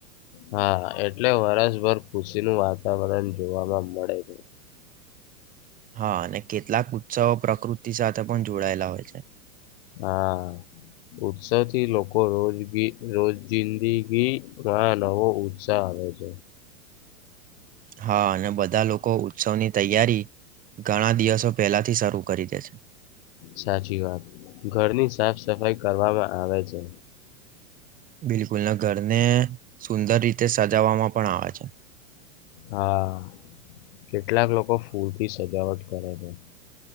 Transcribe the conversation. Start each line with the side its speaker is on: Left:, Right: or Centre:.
Left: હા એટલે વરસભર ખુશીનું વાતાવરણ જોવામાં મળે છે.
Right: હા, અને કેટલાક ઉત્સવો પ્રકૃતિ સાથે પણ જોડાયેલા હોય છે.
Left: હા. ઉત્સાહથી લોકો રોજગી રોજિંદગીમાં નવો ઉત્સાહ આવે છે.
Right: હા અને બધા લોકો ઉત્સવની તૈયારી ઘણા દિવસો પહેલાથી શરૂ કરી દે છે
Left: સાચી વાત ઘરની સાફ સફાઈ કરવામાં આવે છે.
Right: બિલકુલને ઘરને સુંદર રીતે સજાવવામાં પણ આવે છે.
Left: હા કેટલાક લોકો ફૂલથી સજાવટ કરે છે.